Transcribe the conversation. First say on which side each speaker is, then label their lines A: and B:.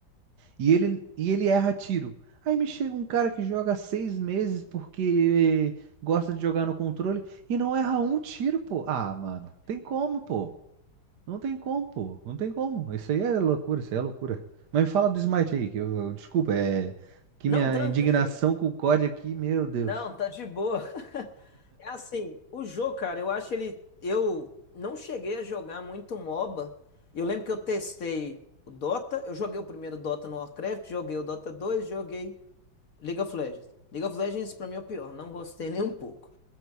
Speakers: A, on the right; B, on the left.
A: e ele, e ele erra tiro. Aí me chega um cara que joga seis meses porque gosta de jogar no controle e não erra um tiro, pô. Ah, mano, tem como, pô. Não tem como, pô. Não tem como. Isso aí é loucura, isso aí é loucura. Mas me fala do Smite aí, que eu, eu- desculpa, é que
B: Não,
A: minha
B: tranquilo.
A: indignação com o COD aqui, meu Deus.
B: Não, tá de boa. <laughs> É assim, o jogo, cara, eu acho ele. Eu não cheguei a jogar muito MOBA. Eu lembro que eu testei o Dota. Eu joguei o primeiro Dota no Warcraft, joguei o Dota dois. joguei League of Legends. League of Legends, pra mim, é o pior. Não gostei <laughs> nem um pouco.